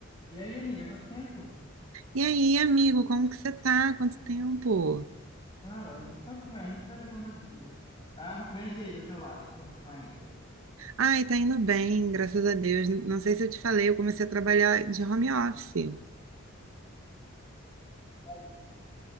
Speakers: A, on the left; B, on the right.
A: E aí, amiga, quanto tempo?
B: E aí, amigo, como que você tá? Quanto tempo?
A: Cara, sabe como é? A gente vai levando a vida. Ah, mas e aí, do teu lado, como que vai ainda?
B: Ai, tá indo bem, graças a Deus. Não sei se eu te falei, eu comecei a trabalhar de home office.
A: Ai, desculpa.